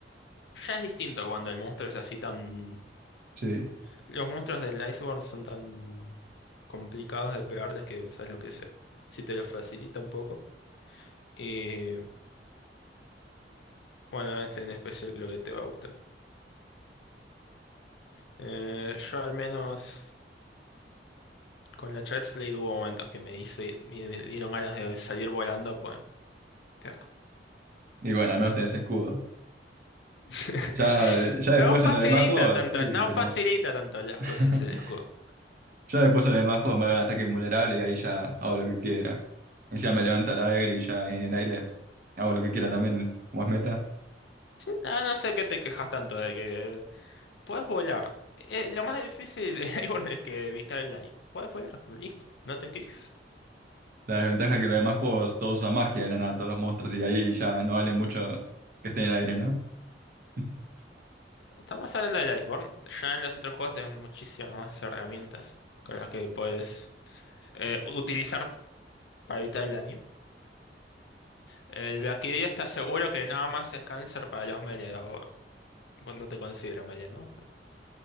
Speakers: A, on the left (about 75°); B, on the right (about 50°).
A: ya es distinto cuando el monstruo es así tan...
B: Sí.
A: Los monstruos del Iceborne son tan complicados de pegarles que usas lo que sea. Si te lo facilita un poco. Y bueno, este en especial creo que te va a gustar. Eh, yo al menos con la Child's Blade hubo momentos que me hice, me dieron ganas de salir volando, pues. Qué asco.
B: Y bueno, al menos tenés escudo.
A: <laughs>
B: Ya, ya después
A: No facilita
B: en los demás juegos,
A: tanto,
B: sí,
A: no
B: pero
A: facilita tanto las
B: <laughs>
A: cosas el escudo.
B: ya después en los demás juegos me dan ataque invulnerable y ahí ya hago lo que quiera. Encima me levanta el aire y ya en el aire hago lo que quiera también, como es meta.
A: Sí, No, no sé qué te quejas tanto de que puedes volar. Eh, lo más difícil de <laughs> Iceborne es que evitar el daño. Puedes volar, listo, no te quejes.
B: La desventaja es que en los demás juegos todos usan magia de la nada, todos los monstruos, y ahí ya no vale mucho que esté en el aire, ¿no? <laughs>
A: Estamos hablando del Iceborne. Ya en los otros juegos tenés muchísimas más herramientas con las que puedes eh, utilizar para evitar el daño. El Valkyria está seguro que nada más es cáncer para los melee. o- Bueno, no te considero melee, ¿no?